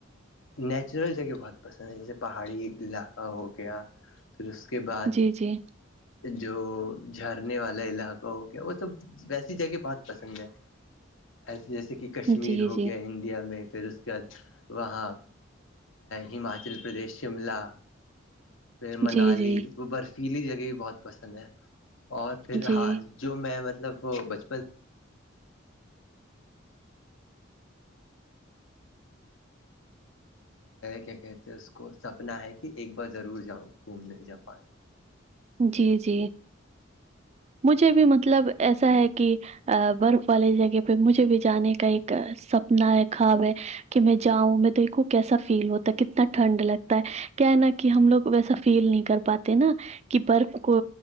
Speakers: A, on the left; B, on the right.
A: نیچرل جگہ بہت پسند ہیں جیسے پہاڑی علاقہ ہو گیا پھر کے بعد
B: جی جی
A: جو جھرنے والا علاقہ ہو گیا وہ سب ویسی جگہ بہت پسند ہے ایسے جیسے کہ کشمیر
B: جی جی
A: ہو گیا انڈیا میں پھر اس کے بعد وہاں ہماچل پردیش شملہ پھر
B: جی
A: منالی وہ برفیلی جگہ بھی بہت پسند ہے اور
B: جی
A: پھر ہاں جو میں مطلب وہ بچپن کیا کہتے ہیں اس کو سپنا ہے کہ ایک بار ضرور جاؤں گھومنے جاپان
B: جی جی مجھے بھی مطلب ایسا ہے کہ برف والے جگہ پہ مجھے بھی جانے کا ایک سپنا ہے خواب ہے کہ میں جاؤں میں دیکھوں کیسا فیل ہوتا ہے کتنا ٹھنڈ لگتا ہے کیا ہے نا کہ ہم لوگ ویسا فیل نہیں کر پاتے نا کہ برف کو